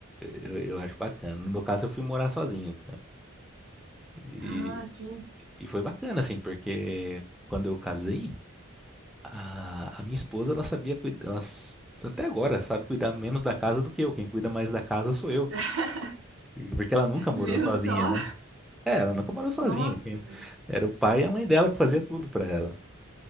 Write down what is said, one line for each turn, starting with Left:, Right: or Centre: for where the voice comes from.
Centre: eu, eu acho bacana. No meu caso, eu fui morar sozinho, cara. E,
Right: Ah, sim.
Centre: e foi bacana, assim, porque quando eu casei, A, a minha esposa, ela sabia cuidar, ela s- até agora sabe cuidar menos da casa do que eu. Quem cuida mais da casa sou eu.
Right: <laughs>
Centre: Porque ela nunca morou
Right: Viu
Centre: sozinha,
Right: só?
Centre: né? É, ela nunca morou sozinha.
Right: Nossa.
Centre: Quem- Era o pai e a mãe dela que fazia tudo pra ela.